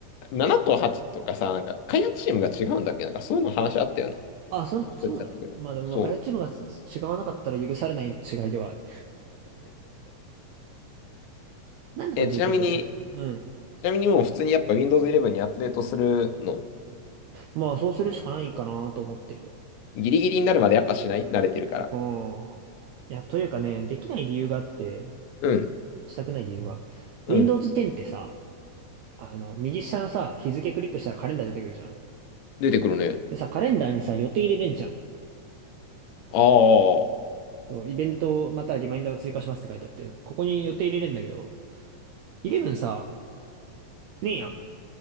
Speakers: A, on the left; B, on the right.
A: 7と8とかさ、なんか、開発チームが違うんだっけなんか、そういうの話あったよね。
B: あ、そん、
A: 忘れちゃったけど。
B: そうなのまあでも、
A: そ
B: まあ、開発チームが違わなかったら許されない違いではある。7と1結構近いからな。
A: う。え、ちなみに、
B: うん。
A: ちなみにもう普通にやっぱ Windows 11にアップデートするの
B: まあ、そうするしかないかなと思ってるよ。
A: ギリギリになるまでやっぱしない慣れてるから。
B: うん。いや、というかね、できない理由があって、
A: うん。
B: したくない理由は、
A: うん。
B: Windows 10ってさ、あの、右下のさ、日付クリックしたらカレンダー出てくるじゃん。
A: 出てくるね。
B: でさ、カレンダーにさ、予定入れれんじゃん。
A: あ
B: そう、イベントまたはリマインダーを追加しますって書いてあって、ここに予定入れれんだけど、イレブンさ、ねえやん。